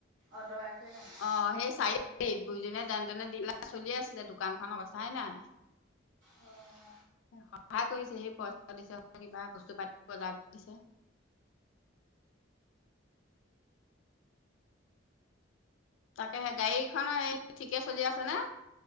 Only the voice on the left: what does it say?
অঁ' সেই চাৰি-লিত বুঢ়িজনীয়ে যেনেতেনে দি পেলাই চলি আছিলে দোকানখন অৱস্থাই নাই। <inaudible>
সহায় কৰিছে, সি পইচা দিছে, কিবা বস্তু পাতি বজাৰ কৰি দিছে। তাকেহে গাড়ীখনৰ এই, ঠিকে চলি আছে নে?